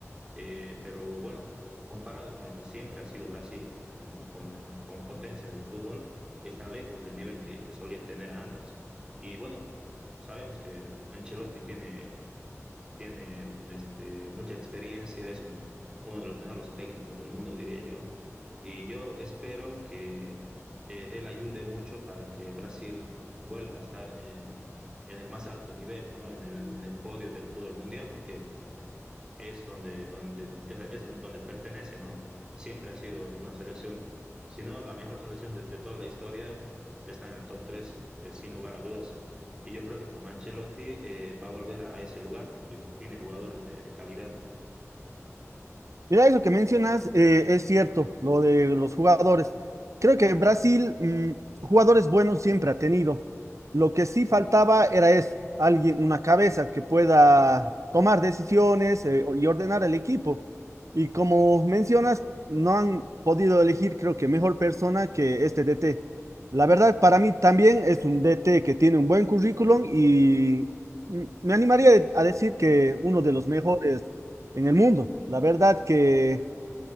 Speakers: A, on the right; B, on the right.
A: eh, pero bueno, comparado con lo que siempre ha sido Brasil como, como, como potencia del fútbol, está lejos del nivel que, que, solía tener antes. Y bueno, sabemos que Ancelotti tiene tiene este, mucha experiencia, es un, uno de los mejores técnicos del mundo, diría yo. Y yo espero que eh, él ayude mucho para que Brasil vuelva a estar en, en el más alto nivel, ¿no? en, el, en el podio del fútbol mundial, porque es donde, donde, es donde pertenece, ¿no? Siempre ha sido una selección, si no la mejor selección de, de toda la historia, está en el top 3 eh, sin lugar a dudas. Y yo creo que con Ancelotti eh, va a volver a ese lugar porque tiene jugadores de, de calidad.
B: Mira, eso que mencionas eh, es cierto, lo de los jugadores. Creo que Brasil mm, jugadores buenos siempre ha tenido. Lo que sí faltaba era eso, alguien, una cabeza que pueda tomar decisiones eh, y ordenar el equipo. Y como mencionas, no han podido elegir, creo que mejor persona que este DT. La verdad, para mí también es un DT que tiene un buen currículum y mm, me animaría a decir que uno de los mejores en el mundo. La verdad que